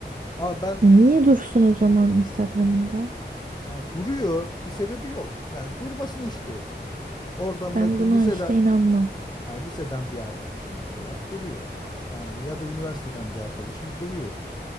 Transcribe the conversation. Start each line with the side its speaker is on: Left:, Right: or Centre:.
Left: Ama ben
Right: E niye dursun o zaman Instagram'ında?
Left: ya duruyor, bir sebebi yok. Yani durmasını istiyorum. Oradan
Right: Ben
Left: belki
Right: buna
Left: liseden,
Right: işte inanmam.
Left: yani liseden bir arkadaşım mesela duruyor. Yani ya da üniversiteden bir arkadaşım duruyor.